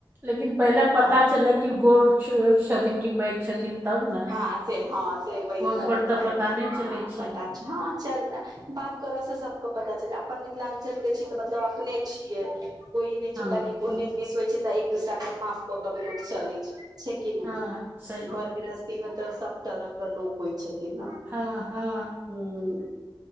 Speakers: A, on the right; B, on the right.
A: लेकिन पहिले पता
B: आओर
A: चले कि गोर छोट छथिन कि पैघ छथिन तब ने
B: हँ से हँ से वहि
A: फोन
B: दुआरे
A: पर तऽ
B: प
A: पता नहि
B: हँ
A: चलै छै
B: पता हँ चल बात करऽसँ सबके पता चल अपन मिथिलाञ्चल के छीिय तऽ मतलब अपने छियै कोई नहि
A: हँ
B: छै कनी उन्स बीस होइ छै तऽ एक दूसरा के माफ कऽ क भी लोको चलै छै छै कि नहि
A: हँ सही बात
B: घर गृरस्थ मे तऽ सब तरह के लोक होइ छथिन ने
A: हँ हँ
B: ह